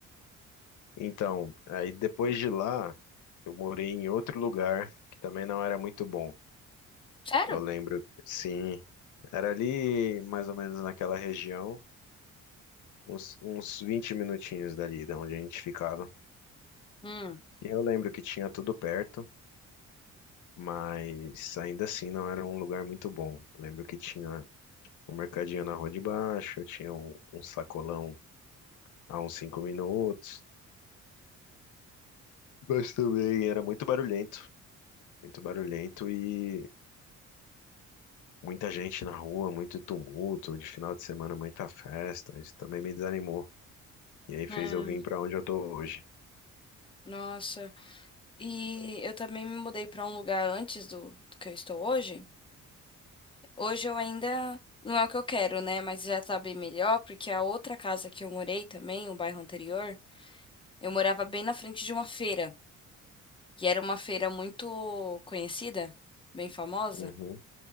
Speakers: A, on the left (about 80°); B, on the left (about 15°).
A: Então, aí depois de lá, eu morei em outro lugar que também não era muito bom.
B: Sério?
A: Eu lembro, sim, era ali mais ou menos naquela região, uns, uns 20 minutinhos dali de onde a gente ficava.
B: Hum.
A: E eu lembro que tinha tudo perto, mas ainda assim não era um lugar muito bom. Eu lembro que tinha um mercadinho na rua de baixo, tinha um, um sacolão a uns 5 minutos, mas também era muito barulhento, muito barulhento e Muita gente na rua, muito tumulto, de final de semana muita festa. Isso também me desanimou. E aí fez
B: É,
A: eu vir pra onde eu tô hoje.
B: nossa. E eu também me mudei pra um lugar antes do, do que eu estou hoje. Hoje eu ainda não é o que eu quero, né? Mas já tá bem melhor, porque a outra casa que eu morei também, o bairro anterior, eu morava bem na frente de uma feira. E era uma feira muito conhecida, bem famosa.
A: Uhum,